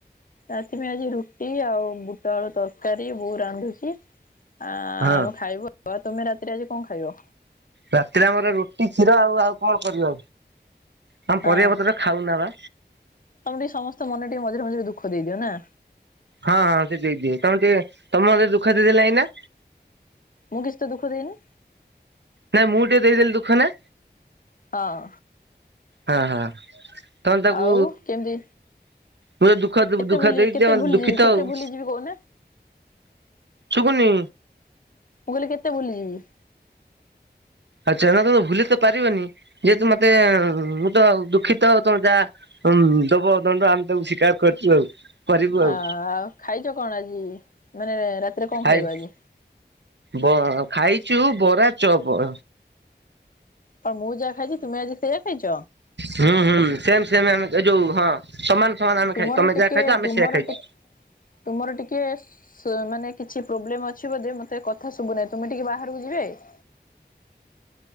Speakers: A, on the left; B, on the right.
A: ରାତି ଆଜି ରୁଟି ଆଉ ବୁଟ ଆଳୁ ତରକାରୀ ବୋଉ ରାନ୍ଧୁଛି ଆଉ
B: ହଁ
A: ଖାଇବୁ ଆଉ ତମେ ରାତିରେ ଆଜି କଣ ଖାଇବ?
B: ରାତିରେ ଆମର ରୁଟି କ୍ଷୀର ଆଉ ଆଉ କଣ ପରିବା ଆମ
A: ହଁ
B: ପତ୍ର ଖାଉନା ବା
A: ତମେ ଟିକେ ସମସ୍ତ ମନ ଟିକେ ମଝ ମଝିରେ ମଝିରେ ଦୁଃଖ ଦେଇଦିଅ ନା?
B: ହଁ ହଁ ସେ ଦେଇଦିଏ ତମ ଟିକେ ତମରେ ଦୁଃଖ ଦେଥିଲେ ଏଇନା
A: ମୁଁ କିଛି ଦୁଃଖ ଦେଇନି
B: ନାଇଁ ମୁଁ ଟିକେ ଦେଇଦେଲି ଦୁଃଖ ନା
A: ହଁ
B: ହଁ ହଁ। ତ ତାକୁ
A: ଆଉ କେମିତି
B: ମୁଁ ତ ଦୁଃଖ ଦୁଃଖ
A: କେତେ ଭୁଲି
B: ଦେଇଛି
A: କେତେ
B: ମ
A: ଭୁଲିଯିବି
B: ଦୁଃଖିତ
A: କେତେ
B: ଆଉ।
A: ଭୁଲିଯିବି କହୁନା
B: ଶୁଭୁନି।
A: ମୁଁ କହିଲି କେତେ ଭୁଲିଯିବି?
B: ଆଚ୍ଛା ନା ତମେ ଭୁଲି ତ ପାରିବନି ଯେହେତୁ ମତେ ମୁଁ ତ ଦୁଃଖିତ ତମେ ଯାହା ହଁ ଦବ ଦଣ୍ଡ ଆମେ ତାକୁ ଶିକାର୍ କରିଛୁ ଆଉ। କରିବୁ ଆଉ
A: ଅ ଆଉ ଖାଇଛ କଣ ଆଜି ମାନେ ରାତିରେ କଣ
B: ଖାଇ
A: ଖାଇବ ଆଜି?
B: ବ ଖାଇଛୁ ବରା ଚପ
A: କଣ ମୁଁ ଯାହା ଖାଇଛି ତୁମେ ଆଜି ସେଇଆ ଖାଇଛ?
B: ହୁଁ ହୁଁ ସେମ ସେମ ଆମେ ଏ ଯୋଉ ହଁ। ସମାନ ସମାନ ଆମେ
A: ତୁମର
B: ଖାଇ ତମେ
A: ଟିକେ
B: ଯାହା ଖାଇଛ ଆମେ
A: ତୁମର
B: ସେଆ ଖାଇଛୁ
A: ଟେ ତୁମର ଟିକେ ମାନେ କିଛି ପ୍ରୋବ୍ଲେମ ଅଛି, ବୋଧେ ମତେ କଥା ଶୁଭୁନହି ତୁମେ ଟିକେ ବାହାରକୁ ଯିବେ? <inaudible>